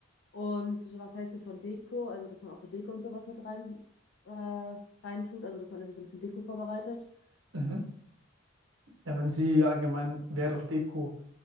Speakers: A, on the left; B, on the right.
A: Und so was hältst du von Deko? Also, dass man auch so Deko und sowas mit rein, äh, reintut, also dass man irgendwie so ein bisschen Deko vorbereitet. <clears throat>
B: Mhm. Ja, wenn sie allgemein Wert auf Deko